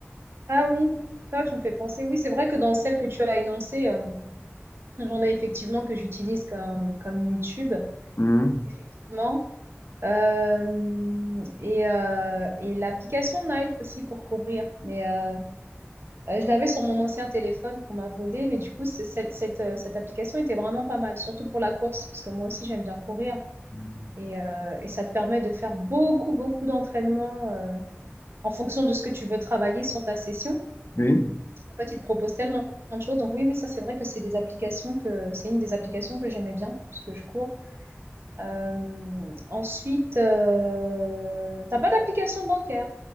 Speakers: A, on the right; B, on the left.
A: Ah oui, ah, tu me fais penser. Oui, c'est vrai que dans celle que tu as énoncée, euh, j'en ai effectivement que j'utilise comme, comme YouTube,
B: Mhm.
A: effectivement. Euh, et euh, et l'application Nike aussi pour courir. Mais euh, euh, je l'avais sur mon ancien téléphone qu'on m'a volé, mais du coup, c'est- cette, cette, euh, cette application était vraiment pas mal, surtout pour la course, parce que moi aussi, j'aime bien courir.
B: Mhm.
A: Et, euh, et ça te permet de faire beaucoup, beaucoup d'entraînements euh, en fonction de ce que tu veux travailler sur ta session.
B: Oui.
A: En fait, il te propose tellement de choses. Donc oui, oui, ça c'est vrai que c'est des applications que c'est une des applications que j'aimais bien parce que je cours. Euh, ensuite, euh, t'as pas d'application bancaire,